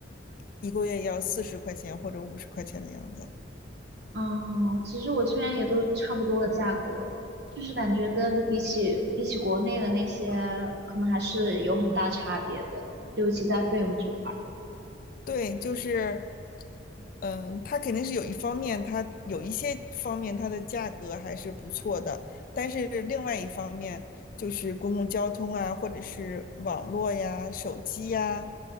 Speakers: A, on the left; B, on the right.
A: 一个月要四十块钱或者五十块钱的样子。
B: 哦，其实我这边也都差不多的价格，就是感觉跟比起比起国内的那些，可能还是有很大差别的，尤其在费用这块
A: 对，就是，嗯，它肯定是有一方面，它有一些方面它的价格还是不错的，但是另外一方面就是公共交通啊，或者是网络呀、手机呀，